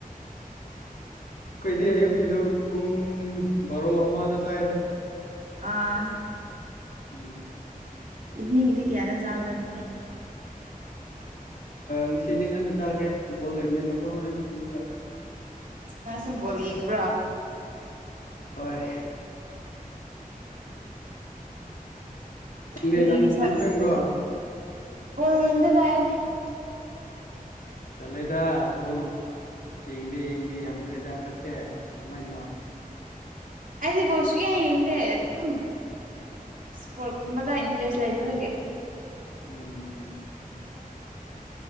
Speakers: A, on the left (about 75°); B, on the right (about 65°).
A: ꯑꯩꯈꯣꯏꯗꯤ ꯑꯌꯨꯛꯀꯤꯗꯨ ꯄꯨꯡ ꯕꯔꯣ ꯑꯃꯗ ꯆꯥꯏꯗ
B: ꯑꯥ
A: ꯎꯝ
B: ꯏꯕꯤꯅꯤꯡꯒꯤꯗꯤ ꯀꯌꯥꯗ ꯆꯥꯎꯕ꯭ꯔ ꯑꯗꯨꯗꯤ
A: ꯉꯁꯤꯗꯤ ꯉꯟꯅ ꯆꯥꯒꯦ ꯕꯣꯜ ꯂꯩꯕꯅꯤꯅꯀꯣ ꯍꯣꯔꯦꯟ ꯑꯃꯨꯛꯀ
B: ꯅꯪꯁꯨ ꯕꯣꯜ ꯌꯦꯡꯕꯔꯣ
A: ꯍꯣꯏ ꯅꯪꯗꯤ
B: ꯀꯔꯤꯒꯤ
A: ꯅꯪ ꯅꯪꯁꯨ
B: ꯁꯛ
A: ꯌꯦꯡꯕ꯭ꯔꯣ
B: ꯕꯣꯜ ꯌꯦꯡꯗꯦꯗ ꯑꯩꯗꯤ
A: ꯇꯜꯂꯦꯗ ꯕꯣꯜ ꯌꯦꯡꯗꯦ ꯌꯦꯡꯗꯦ ꯌꯥꯝꯈ꯭ꯔꯩꯗ ꯍꯟꯗꯛꯇꯤ ꯀꯃꯥꯏꯅꯅꯣ
B: ꯑꯩꯗꯤ ꯕꯣꯜ ꯁꯨꯛꯌꯦꯡ ꯌꯦꯡꯗꯦ ꯑꯗꯨꯝ ꯢꯁꯄ꯭ꯔꯣꯠꯒꯨꯝꯕꯗ ꯏꯟꯇ꯭ꯔꯦꯁ ꯂꯩꯇꯕꯒꯤ
A: ꯎꯝ